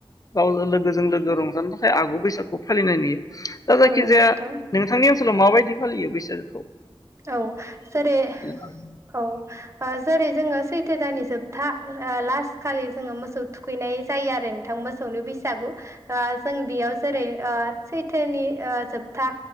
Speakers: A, on the left; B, on the right.
A: गाव लो गोजों लोगो रंजानो थाखाय आगु बैसागु फालिनाय नुयो दा जायखिजाया
B: औ नंगौ नोंथां
A: नोंथांनि ओनसोलाव मा बायदि फालियो बेसो।
B: औ जेरै
A: आरो
B: औ जेरै जोङो सैथो दाननि। जोबथा लास्ट खालि जोङो मोसौ थुखैनाय जायो आरो नोंथां मोसौनि बैसागु। जों बेयाव जेरै सैथोनि जोबथा